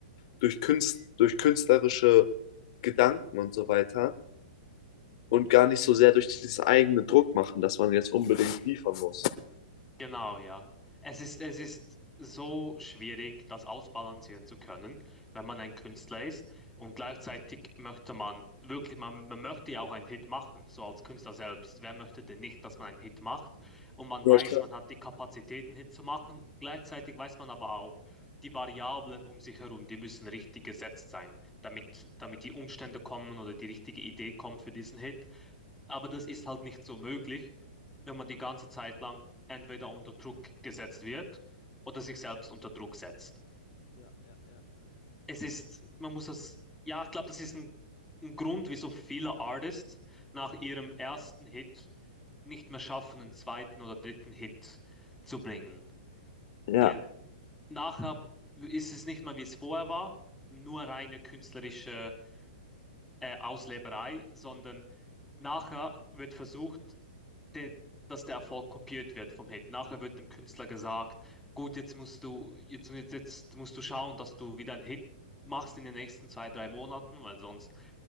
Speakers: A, on the left (about 45°); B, in the centre.
A: durch Künst, durch künstlerische Gedanken und so weiter und gar nicht so sehr durch dieses eigene Druck machen, dass man jetzt unbedingt liefern muss.
B: Genau, ja. Es ist, es ist so schwierig, das ausbalancieren zu können, wenn man ein Künstler ist. Und gleichzeitig möchte man wirklich, man, man möchte ja auch einen Hit machen, so als Künstler selbst. Wer möchte denn nicht, dass man einen Hit macht? Und man
A: Ja,
B: weiß,
A: klar.
B: man hat die Kapazität, einen Hit zu machen. Gleichzeitig weiß man aber auch, die Variablen um sich herum, die müssen richtig gesetzt sein, damit, damit die Umstände kommen oder die richtige Idee kommt für diesen Hit. Aber das ist halt nicht so möglich, wenn man die ganze Zeit lang entweder unter Druck gesetzt wird oder sich selbst unter Druck setzt. Es ist, man muss das, ja, ich glaube, das ist ein, ein Grund, wieso viele Artists nach ihrem ersten Hit nicht mehr schaffen, einen zweiten oder dritten Hit zu bringen.
A: Ja,
B: Denn nachher ist es nicht mehr, wie es vorher war, nur reine künstlerische äh, Ausleberei, sondern nachher wird versucht, der, dass der Erfolg kopiert wird vom Hit. Nachher wird dem Künstler gesagt, gut, jetzt musst du, jetzt, jetzt jetzt musst du schauen, dass du wieder einen Hit machst in den nächsten zwei, drei Monaten, weil sonst,